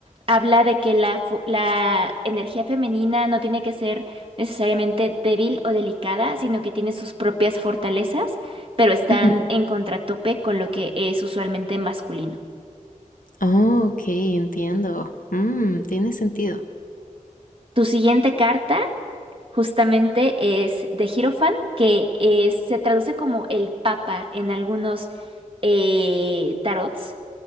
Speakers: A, on the right; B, on the left.
A: habla de que la, fu- la energía femenina no tiene que ser necesariamente débil o delicada, sino que tiene sus propias fortalezas, pero están
B: Ujú.
A: en contratope con lo que es usualmente masculino.
B: Oh, ok, entiendo. Mm, tiene sentido.
A: Tu siguiente carta justamente es de Hierophant, que es- se traduce como el Papa en algunos eh, tarots.